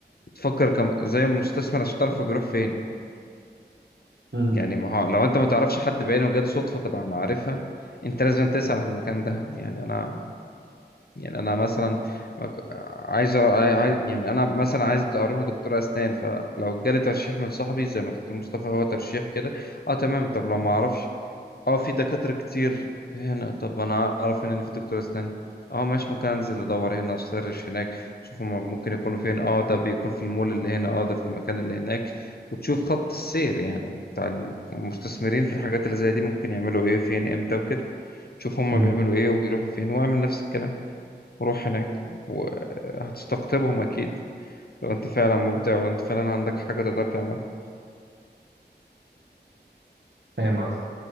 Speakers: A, on the left; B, on the right.
A: تفكر كم زي المستثمر عشان تعرف هو بيروح فين
B: امم
A: يعني ما هو لو انت ما تعرفش حد بعينه وجات صدفه تبع معرفه انت لازم تسعى في المكان ده يعني انا يعني انا مثلا مك- عايز أ- عاي- يعني انا مثلا عايز اروح لدكتور اسنان فلو جالي ترشيح من صاحبي زي ما دكتور مصطفى هو ترشيح كده اه تمام طب لو ما اعرفش اه في دكاترة كتير هنا طب انا اعرف ان في دكتور اسنان اه ماشي ممكن انزل ادور هنا اسيرش هناك شوف هما ممكن يكونوا فين اه ده بيكون في المول اللي هنا اه ده في المكان اللي هناك وتشوف خط السير يعني بتاع المستثمرين في الحاجات اللي زي دي ممكن يعملوا ايه فين امتى وكده شوف هما
B: امم
A: بيعملوا ايه وبيروحوا فين واعمل نفس الكلام وروح هناك وهتستقطبهم اكيد لو انت فعلا مبدع وانت فعلا عندك حاجة تقدر تعملها
B: فاهم قصدي